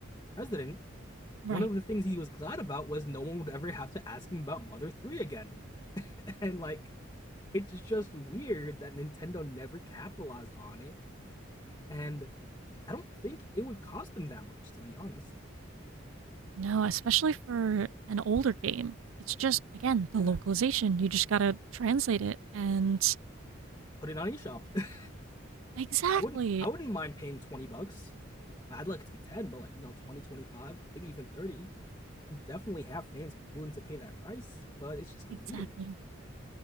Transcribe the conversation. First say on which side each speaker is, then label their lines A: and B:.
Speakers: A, on the left; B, on the right.
A: president,
B: Right.
A: one of the things he was glad about was no one would ever have to ask him about Mother 3 again. <laughs> And like it's just weird that Nintendo never capitalized on it and I don't think it would cost them that much to be honest.
B: No, especially for an older game. It's just again the
A: Yeah.
B: localization. You just got to translate it and
A: Put it on eShop. <laughs>
B: Exactly.
A: I wouldn't I wouldn't mind paying 20 bucks. I'd like it to be 10, but like, you know, 20, 25, maybe even 30. You definitely have fans willing to pay that price, but it's just
B: Exactly.
A: weird.